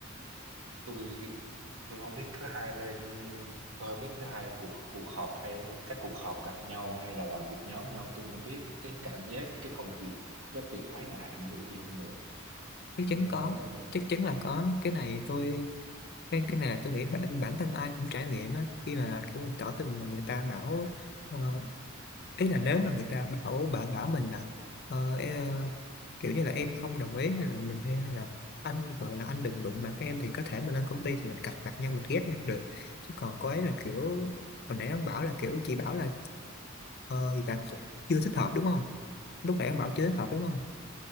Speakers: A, on the right; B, on the left.
A: tôi tôi không biết thứ hai lên tôi không biết thứ hai cuộc cuộc họp hay các cuộc họp gặp nhau hay là làm việc nhóm nhau tôi không biết cái cảm giác cái công việc nó bị ái ngại ảnh hưởng gì không nữa
B: chắc
A: tôi
B: chắn
A: lo
B: có
A: quá ông ơi
B: chắc chắn là có cái này tôi cái cái này là tôi nghĩ bản bản thân ai cũng trải nghiệm á khi mà kiểu mình tỏ tình mà người ta bảo ờ, ý là nếu mà người ta bảo bạn bảo mình là ờ, e- kiểu như là em không đồng ý hay là mình hay, hay là anh gọi là anh đừng đụng mặt em thì có thể mình lên công ty thì mình cạch mặt nhau mình ghét nhau được chứ còn cô ấy là kiểu hồi nãy ông bảo là kiểu chị bảo là ờ thì là chưa thích hợp đúng không lúc nãy ông bảo chưa thích hợp đúng không